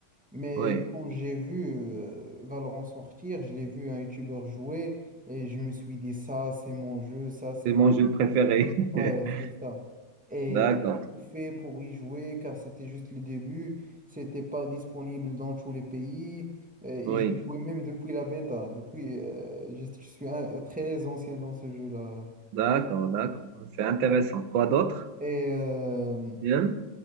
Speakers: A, in the centre; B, on the right.
A: Mais
B: oui,
A: quand j'ai vu euh, Valorant sortir, je l'ai vu un YouTuber jouer et je me suis dit, ça, c'est mon jeu, ça, c'est
B: c'est
A: le.
B: mon jeu préféré. <laughs>
A: Ouais, c'est ça. Et
B: D'accord,
A: j'ai tout fait pour y jouer car c'était juste le début. C'était pas disponible dans tous les pays. Euh, Et
B: oui,
A: j'ai joué même depuis la bêta. Depuis, euh, je, je suis un- euh, très ancien dans ce jeu-là.
B: d'accord, d'accord. C'est intéressant. Quoi d'autre?
A: Et, euh,
B: Bien.